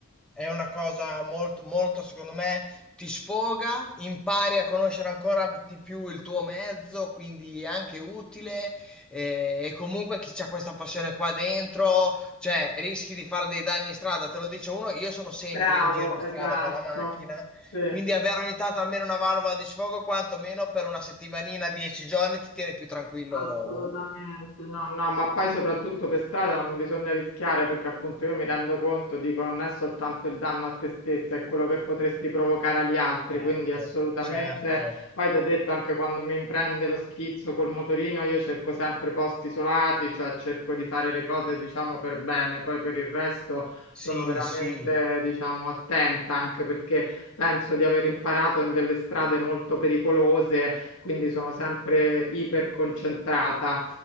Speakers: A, in the centre; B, on the left.
A: È una cosa molto, molto, secondo me, ti sfoga, impari a conoscere ancora di più il tuo mezzo, quindi è anche utile. eh, E, comunque chi c'ha questa passione qua dentro, cioè, rischi di fare dei danni in strada. Te lo dice uno, io sono sempre
B: Bravo,
A: in giro in
B: esatto.
A: strada con la macchina,
B: Sì.
A: quindi avere ogni tanto almeno una valvola di sfogo, quantomeno per una settimanina, dieci giorni, ti tiene più tranquillo.
B: Assolutamente, no, no, ma poi soprattutto per strada non bisogna rischiare perché appunto io mi rendo conto, dico, non è soltanto il danno a te stessa, è quello che potresti provocare agli altri,
A: Certo,
B: quindi assolutamente,
A: certo.
B: poi ti ho detto anche quando mi prende lo schizzo col motorino, io cerco sempre posti isolati, cioè cerco di fare le cose diciamo per bene, poi per il resto
A: Sì,
B: sono veramente
A: sì,
B: diciamo attenta anche perché penso di aver imparato in delle strade molto pericolose quindi sono sempre iperconcentrata,